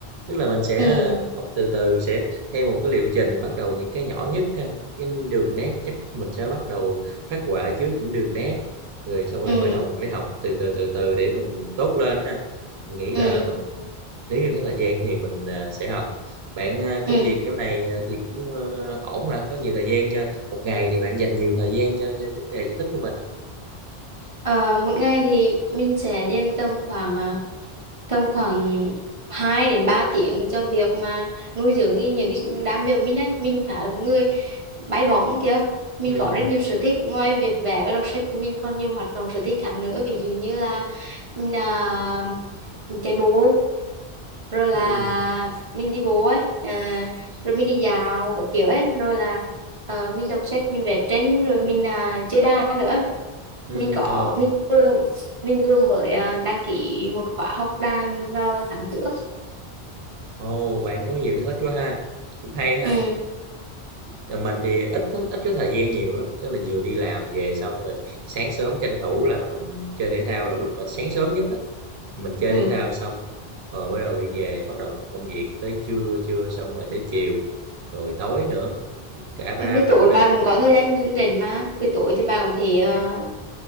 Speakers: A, on the right; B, on the right.
A: Tức là mình sẽ,
B: ừ
A: ơ, học từ từ, sẽ theo một cái liệu trình, bắt đầu những cái nhỏ nhất ha, cái đường nét chắc mình sẽ bắt đầu phát họa trước những đường nét, rồi xong rồi
B: ừ
A: bắt đầu mình mới học từ từ, từ từ để mình tốt lên ha. Mình nghĩ
B: ừ
A: là nếu như có thời gian thì mình, à, sẽ học. Bạn, a,
B: ừ
A: công việc chỗ này, à, thì cũng, ơ, ổn hả? Có nhiều thời gian cho một ngày thì bạn dành nhiều thời gian cho cho vấn đề sở thích của mình không
B: Ờ, một ngày thì mình sẽ dành tầm khoảng ờ, tầm khoảng 2 đến 3 tiếng cho việc mà nuôi dưỡng cái- những cái đam mê của mình á mình khá là một người bay bổng kìa mình
A: Ừm,
B: có rất nhiều sở thích ngoài việc vẽ và đọc sách thì mình còn nhiều hoạt động sở thích khác nữa ví dụ như là mình, à, mình chạy bộ rồi là
A: ừm,
B: mình đi bộ ấy à, rồi mình đi dạo các kiểu ấy rồi là ờ, mình đọc sách mình vẽ tranh rồi mình à, chơi đàn nữa
A: ừm,
B: mình có
A: trời
B: mình vừa mình vừa mới à, đăng ký một khóa học đàn vào tháng trước
A: Ồ, bạn có nhiều sở thích quá ha, cũng hay ha.
B: ừ,
A: Là mình thì ít lắm, ít có thời gian nhiều lắm, tức là vừa đi làm về xong rồi sáng sớm tranh thủ là mình chơi thể thao là lúc mà sáng sớm nhất đó. Mình chơi
B: ừ.
A: thể thao xong rồi bắt đầu đi về, bắt đầu công việc tới trưa, trưa xong rồi tới chiều, rồi tối nữa, cả ba
B: buổi
A: buổi
B: tối
A: đó
B: bạn
A: thì
B: cũng có thời gian rảnh mà buổi tối thì bạn có thể à,